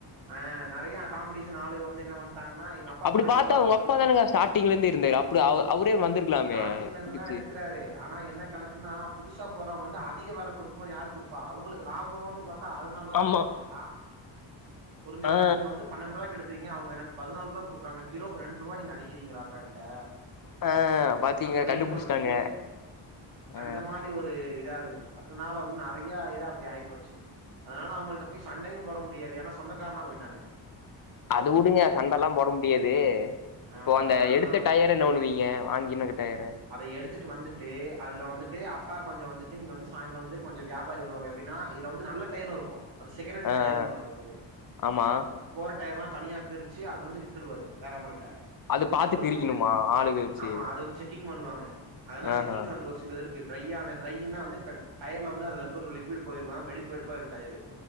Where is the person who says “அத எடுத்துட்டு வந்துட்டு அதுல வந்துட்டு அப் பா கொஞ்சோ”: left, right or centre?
Right